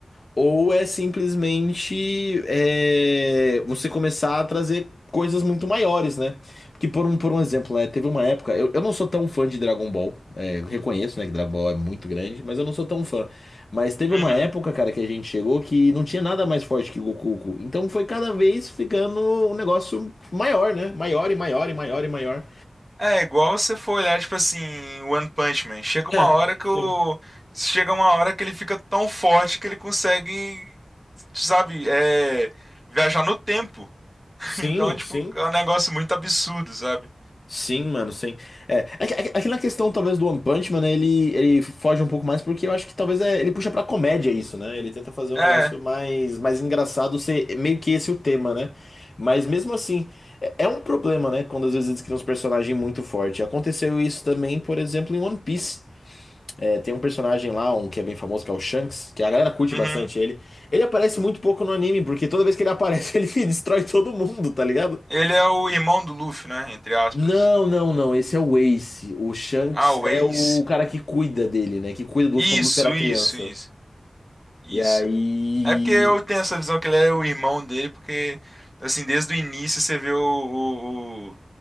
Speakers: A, on the left (about 70°); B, in the centre.
A: ou é simplesmente é, você começar a trazer coisas muito maiores, né? Porque por um, por um exemplo, né? Teve uma época. Eu, eu não sou tão fã de Dragon Ball. é, eu reconheço, né, que Dragon Ball é muito grande, mas eu não sou tão fã. Mas teve
B: Uhum.
A: uma época, cara, que a gente chegou que não tinha nada mais forte que Goku. Então foi cada vez ficando um negócio maior, né? Maior e maior e maior e maior.
B: É igual você for olhar, tipo assim, One Punch Man. Chega uma
A: É,
B: hora que
A: sim.
B: o. Chega uma hora que ele fica tão forte que ele consegue, sabe, é, viajar no tempo. <laughs>
A: Sim,
B: Então, tipo,
A: sim.
B: é um negócio muito absurdo, sabe?
A: Sim, mano, sim. É, aqui aqui- na questão talvez do One Punch Man, né, ele, ele foge um pouco mais porque eu acho que talvez é- ele puxa pra comédia isso, né? Ele tenta fazer um
B: É.
A: negócio mais, mais engraçado, ser meio que esse o tema, né? Mas mesmo assim, é, é um problema, né? Quando às vezes eles criam uns personagens muito fortes. Aconteceu isso também, por exemplo, em One Piece. É, tem um personagem lá, um que é bem famoso, que é o Shanks, que a galera curte
B: uhum.
A: bastante ele. Ele aparece muito pouco no anime, porque toda vez que ele aparece, <laughs> ele destrói todo mundo, tá ligado?
B: Ele é o irmão do Luffy, né? Entre aspas.
A: Não, não, não. Esse é o Ace. O Shanks
B: Ah, o
A: é
B: Ace.
A: o cara que cuida dele, né? Que cuida do
B: Isso,
A: Luffy quando o Luffy era criança.
B: isso, isso. Isso.
A: E aí.
B: É porque eu tenho essa visão que ele é o irmão dele, porque, assim, desde o início você vê o,